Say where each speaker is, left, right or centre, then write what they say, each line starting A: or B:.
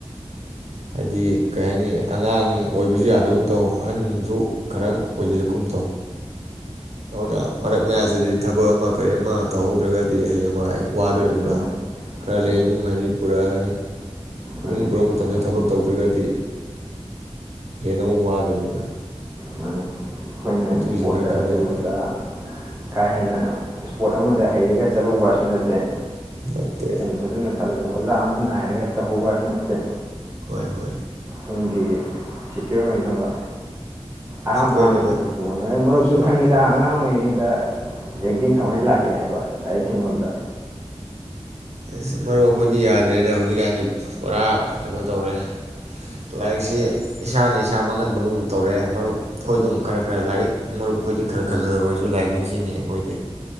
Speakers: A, on the right; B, on the right.
A: ꯍꯥꯏꯗꯤ ꯀꯩ ꯍꯥꯏꯅꯤ ꯑꯉꯥꯡ ꯑꯣꯏꯕꯁꯨ ꯌꯥꯗꯧꯕ ꯇꯧ ꯑꯍꯟꯁꯨ ꯈꯔ ꯑꯣꯏꯁꯤꯜꯂꯛꯀꯕ ꯇꯧ ꯑꯗꯨꯅ ꯃꯔꯛ ꯃꯌꯥꯁꯤꯗꯗꯤ ꯊꯕꯛ ꯑꯃ ꯀꯔꯤ ꯑꯃ ꯇꯧꯍꯧꯗ꯭ꯔꯒꯗꯤ ꯍꯌꯦꯡꯋꯥꯏ ꯋꯥꯗꯣꯔꯤꯕꯃꯤꯗꯣ
B: ꯃꯥꯅꯤ ꯃꯥꯅꯤ
A: ꯈꯔ
B: ꯃꯥꯅꯤ
A: ꯂꯩ ꯏꯃꯨꯡ ꯍꯥꯏꯅꯗꯤ ꯄꯨꯔꯛꯑꯒꯅꯤ
B: ꯃꯥꯅꯤ
A: ꯏꯃꯨꯡ ꯄꯨꯔꯛꯄ
B: ꯑꯗꯨ
A: ꯃꯇꯝꯗ
B: ꯉꯥꯛꯇꯅꯤ
A: ꯊꯕꯛ ꯇꯧꯗ꯭ꯔꯒꯗꯤ ꯍꯦꯟꯅꯛ ꯋꯥꯗꯣꯏꯅꯤꯗꯣ
B: ꯃꯥꯅꯤ ꯑꯩꯈꯣꯏꯅ
A: ꯑꯗꯨꯒꯤꯁꯨ
B: ꯏꯁꯄꯣꯔꯠꯇ
A: ꯈꯔ ꯈꯟꯕ
B: ꯑꯗꯨ
A: ꯌꯥꯗꯦ
B: ꯑꯗ ꯀꯥ ꯍꯦꯟꯅ ꯏꯁꯄꯣꯔꯠ ꯑꯃꯗ ꯍꯩꯔꯒ ꯆꯠꯍꯧꯕꯁꯨ ꯅꯠꯇꯦ
A: ꯅꯠꯇꯦ
B: ꯁꯦꯟ ꯐꯥꯖꯅ ꯑꯗꯨꯅ ꯑꯣꯖꯥ ꯑꯃ ꯅꯥꯏꯔꯒ ꯇꯧꯍꯧꯕꯁꯨ ꯅꯠꯇꯦ
A: ꯍꯣꯏ ꯍꯣꯏ
B: ꯇꯨꯡꯒꯤ ꯁꯦꯀ꯭ꯌꯣꯔ ꯑꯣꯏꯅꯕ ꯑꯔꯥ
A: ꯁꯦꯀꯣꯏꯅꯕ
B: ꯑꯔꯥꯥꯟꯕ ꯊꯕꯛ ꯃꯔꯨꯞꯁꯨ
A: ꯍꯣꯏ
B: ꯈꯪꯉꯤꯗ ꯑꯉꯥꯡ <unintelligible> ꯀꯃꯥꯏꯅ ꯂꯥꯛꯏ ꯍꯥꯏꯕ ꯂꯥꯏꯔꯤꯛꯀꯤ ꯃꯔꯗ
A: ꯑꯁ ꯃꯔꯨꯞ ꯑꯩꯈꯣꯏꯗꯤ ꯌꯥꯗ꯭ꯔꯦꯗ ꯍꯧꯖꯤꯛꯀꯥꯟꯗꯤ ꯄꯨꯔꯥ ꯀꯩꯅꯣ ꯇꯧꯔꯦ ꯂꯥꯏꯔꯤꯛꯁꯤ ꯏꯁꯥꯅ ꯏꯁꯥ ꯃꯥꯡꯍꯟꯕꯒꯨꯝ ꯇꯧꯔꯛꯑꯦ ꯃꯔꯨꯞ ꯈꯣꯏꯗꯝ ꯈꯔ ꯈꯔ ꯂꯥꯏꯔꯤꯛ ꯃꯔꯨꯞ ꯈꯣꯏꯗꯤ ꯈꯔ ꯈꯜꯂꯗ ꯑꯣꯏꯔꯁꯨ ꯂꯥꯏꯔꯤꯛ ꯅꯤꯡꯁꯤꯡꯉꯤ ꯑꯩꯈꯣꯏꯗꯤ